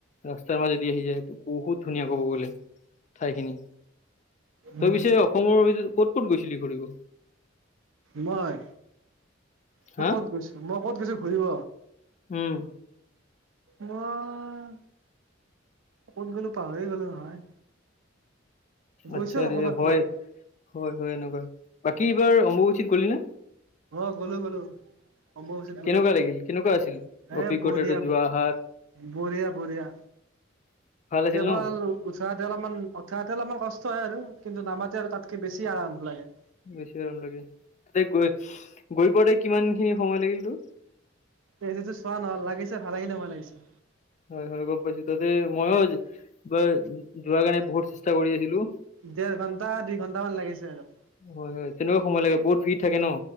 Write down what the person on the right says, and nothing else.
উম,
মই, মই
ক'ত গৈছো, মই ক'ত গৈছো ঘুৰিব
মই, ক'ত গ'লো পাহৰিয়ে গ'লো নহয়। গৈছো
আৰু
ক'বাত
ক'বাত।
অ', গ'লো গ'লো। অম্বুবাচীত
গ'লো,
এ বঢ়িয়া।
বঢ়িয়া, বঢ়িয়া।
কেৱল
উঠাৱাতে অলপমান, উঠাৱাতে অলপমান কষ্ট হয় আৰু কিন্তু নামাতে আৰু তাতকে বেছি আৰাম লাগে।
এইটোটো চোৱা নহ'ল। লাগিছে ভালেখিনি সময় লাগিছে।
দেৰ ঘণ্টা, দুই ঘণ্টামান লাগিছে আৰু।